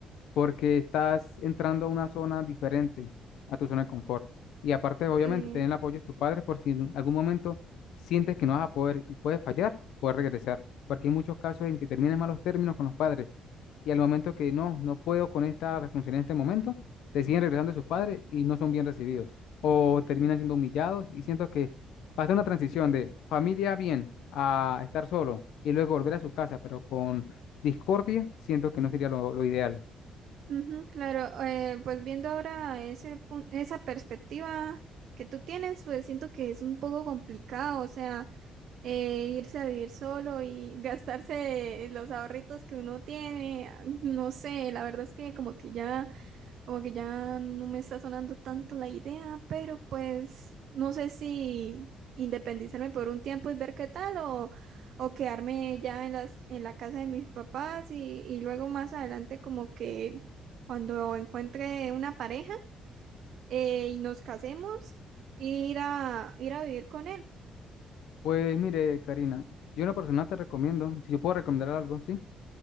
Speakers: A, on the left; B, on the right.
A: porque estás entrando a una zona diferente a tu zona de confort. Y aparte, obviamente,
B: Sí.
A: tener el apoyo de tus padres por si en algún momento sientes que no vas a poder y puedes fallar, puedes regresar, porque hay muchos casos en que terminan malos términos con los padres y al momento que no, no puedo con esta responsabilidad en este momento, deciden regresando a sus padres y no son bien recibidos o terminan siendo humillados y siento que pasa una transición de familia bien a estar solo y luego volver a su casa, pero con discordia, siento que no sería lo lo ideal.
B: Ujú, claro, eh, pues viendo ahora ese pun- esa perspectiva que tú tienes, pues siento que es un poco complicado, o sea, eh, irse a vivir solo y <laughs> gastarse los ahorritos que uno tiene, no sé, la verdad es que como que ya como que ya no me está sonando tanto la idea, pero pues no sé si independizarme por un tiempo y ver qué tal o, o quedarme ya en las, en la casa de mis papás y, y luego más adelante como que cuando encuentre una pareja eh, y nos casemos, ir a, ir a vivir con él.
A: Pues mire, Karina, yo una persona te recomiendo, si yo puedo recomendar algo, ¿sí?